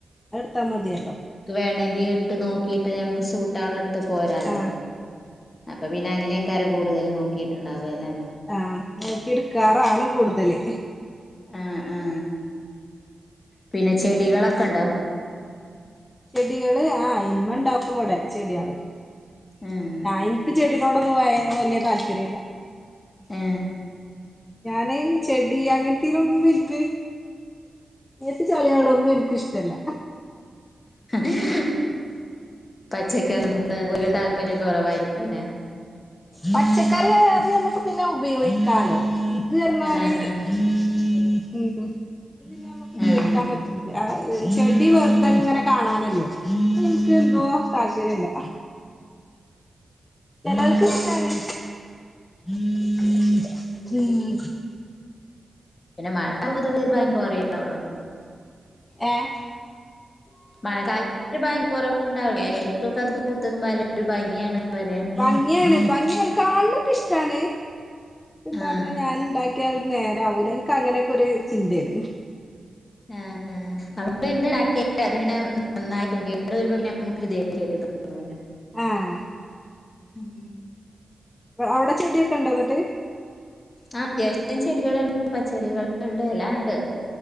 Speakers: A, on the left; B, on the left.
A: അതെടുത്താ മതിയല്ലോ.
B: വേണങ്കി ഇട്ട് നോക്കിയിട്ട് നമുക്ക് സൂട്ടാണ് എട്ത് പോരാലോ.
A: ആഹ്
B: അപ്പൊപ്പിന്നെ
A: ആഹ്
B: അങ്ങനെക്കാരം
A: അതാണ്
B: കൂടുതൽ നോക്കിയിട്ടുണ്ടാവല്ലെ.
A: ആഹ് നോക്കി എടുക്കാറാണ് കൂടുതല്.
B: ആ ആ പിന്നെ ചെടികളൊക്കെണ്ടോ.
A: ചെടികള് ആ ഇമ്മണ്ടാകും ഇവിടെ ചെടികള്.
B: ആഹ്
A: ഞാൻ ഇൻക്ക് ചെടിനോടൊന്നും വായ വല്യ താല്പര്യല്ല.
B: ഏ
A: അങ്ങനെ ചെടി അങ്ങനതീനോടൊന്നുനിക്ക് മേത് ചളിയാവുണതൊന്നും ഇനിക്കിഷ്ടല്ല.
B: ഈഹ് പച്ചക്കറിനോട് ഒരു താല്പര്യം കുറവായിരിക്കുംല്ലേ.
A: പച്ചക്കറിയോട് ന്നൊക്കെ പറഞ്ഞ പിന്നെ ഉപയോഗിക്കാലോ ഇതിന്ന്‌റഞ്ഞാല്
B: ആഹ്
A: ഉം പിന്നെ നമ്മക്ക്
B: ആഹ്
A: കൂട്ടാൻ പറ്റൂല. ആ ഉം ചെടി വെറുതെങ്ങനെ കാണാനല്ലേ. <inaudible> താല്പര്യല്ല. ചെലർക് ഇഷ്ടാണ്. ഹും
B: പിന്നെ മഴ <inaudible> അറിയുള്ളൂ
A: ഏഹ്
B: മഴക്കാലത്ത് ഭംഗിക്കുറവുണ്ടാവും. വേനൽക്കൊക്കെ അത് പൂത്തതുമ്പോല്ല ഒരു ഭംഗിയാണ്. പറയാ
A: ഭംഗിയാണ് ഭംഗിയാണ് കാണ്നതൊക്കെ ഇഷ്ടാണ് ഉണ്ടാക്കണ
B: ആഹ്
A: ഞൻണ്ടാ ക്കിയാൽ നേരാവൂല എനിക്ക് അങ്ങനെയൊക്കെ ഒരു ചിന്തേണ്.
B: ആഹ് <inaudible> കേട്ട അത്ങ്ങനെ നന്നായിരിക്കണം കേട് വരുമ്പോ നമുക്കൊരു ധൈര്യായിട്ട് തോന്നല്ലേ
A: ആഹ്
B: ഉം
A: അവിടെ ചെടിയൊക്കെണ്ടോ എന്നിട്ട്.
B: ആ അത്യാവശ്യത്തിന് ചെടികളുണ്ട് പച്ചറികളുണ്ട് എല്ലാം ഇണ്ട് അ